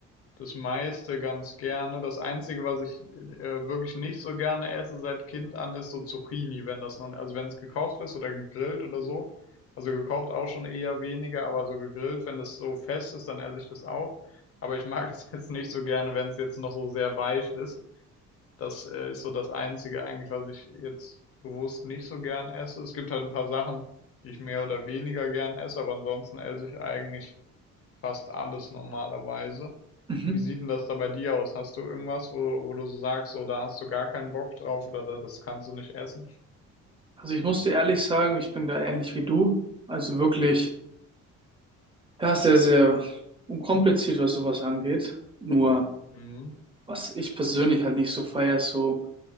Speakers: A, on the left; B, on the right.
A: das meiste ganz gerne. Das Einzige, was ich äh, wirklich nicht so gerne esse seit Kind an, ist so Zucchini, wenn das noch, also wenn es gekocht ist oder gegrillt oder so. Also gekocht auch schon eher weniger, aber so gegrillt, wenn das so fest ist, dann esse ich das auch. Aber ich mag <laughs> es jetzt nicht so gerne, wenn es jetzt noch so sehr weich ist. Das äh, ist so das Einzige eigentlich, was ich jetzt bewusst nicht so gern esse. Es gibt halt ein paar Sachen, die ich mehr oder weniger gern esse, aber ansonsten esse ich eigentlich fast alles normalerweise.
B: Mhm.
A: Wie sieht denn das da bei dir aus? Hast du irgendwas, wo, wo du so sagst, so da hast du gar keinen Bock drauf oder da, das kannst du nicht essen?
B: Also ich muss dir ehrlich sagen, ich bin da ähnlich wie du. Also wirklich, ja, sehr, sehr unkompliziert, was sowas angeht. Nur,
A: Mhm.
B: was ich persönlich halt nicht so feiere, ist so